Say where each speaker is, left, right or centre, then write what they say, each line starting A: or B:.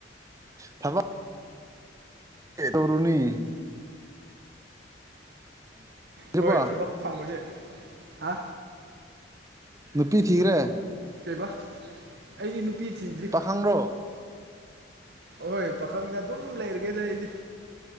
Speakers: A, on the right (about 15°); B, on the right (about 60°).
A: ꯐꯕ ꯇꯔꯨꯅꯤ ꯊꯤꯔꯕꯣ
B: ꯍꯣꯏ ꯊꯕꯛ ꯐꯪꯕꯁꯦ ꯍꯥ
A: ꯅꯨꯄꯤ ꯊꯤꯈ꯭ꯔꯦ
B: ꯀꯩꯕꯥ ꯑꯩꯗꯤ ꯅꯨꯄꯤ ꯊꯤꯗ꯭ꯔꯤ
A: ꯄꯥꯈꯪꯔꯣ
B: ꯍꯣꯏ ꯄꯥꯈꯪꯗ ꯑꯗꯨꯝ ꯂꯩꯔꯒꯦꯗ ꯑꯩꯗꯤ